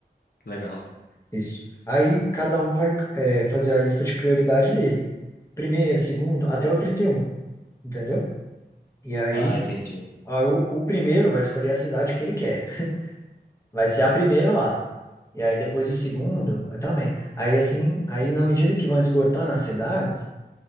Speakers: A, on the left (about 65°); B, on the left (about 15°).
A: legal.
B: isso. Aí, cada um vai, é, fazer a lista de prioridade dele. Primeiro, segundo, até o trinta e um entendeu? E aí,
A: Ah, entendi.
B: aí o, o primeiro vai escolher a cidade que ele quer. Vai ser
A: Hum.
B: a primeira lá. E aí, depois o segundo também. Aí, assim, aí na medida que vão esgotando as cidades,